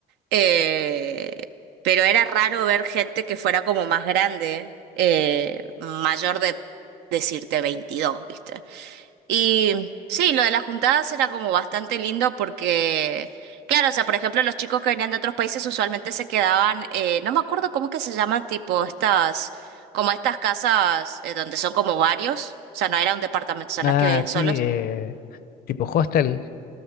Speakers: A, on the right (about 80°); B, on the left (about 60°).
A: Eh, pero era raro ver gente que fuera como más grande, eh, mayor de decirte 22, ¿viste? Y sí, lo de las juntadas era como bastante lindo porque, claro, o sea, por ejemplo, los chicos que venían de otros países usualmente se quedaban, eh, no me acuerdo cómo es que se llaman, tipo estas, como estas casas eh, donde son como varios, o sea, no era un departamento, o sea,
B: Ah,
A: no es que vivían solos,
B: sí, eh, tipo hostel.